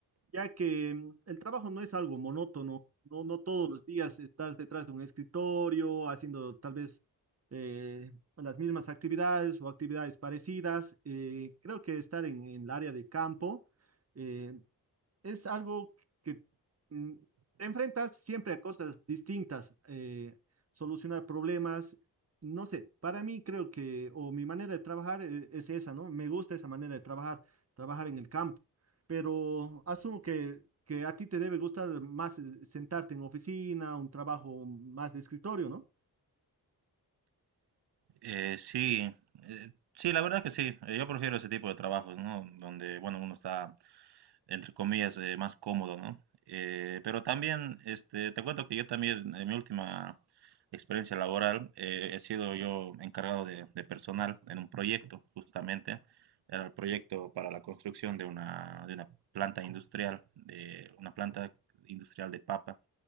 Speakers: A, on the right; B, on the right.
A: ya que mm, el trabajo no es algo monótono, no, no todos los días estás detrás de un escritorio haciendo tal vez eh, las mismas actividades o actividades parecidas. eh, creo que estar en, en el área de campo, eh, es algo que mm, te enfrentas siempre a cosas distintas, eh, solucionar problemas, no sé, para mí creo que, o mi manera de trabajar eh, es esa, ¿no? Me gusta esa manera de trabajar, trabajar en el campo, pero asumo que, que a ti te debe gustar más eh, sentarte en oficina, un trabajo más de escritorio, ¿no?
B: Eh, sí, eh, sí, la verdad que sí. Eh, Yo prefiero ese tipo de trabajos, ¿no? Donde, bueno, uno está entre comillas, eh, más cómodo, ¿no? Eh, pero también, este, te cuento que yo también, en mi última experiencia laboral, eh, he sido yo encargado de, de personal en un proyecto, justamente. Era el proyecto para la construcción de una, de una planta industrial, de una planta industrial de papa.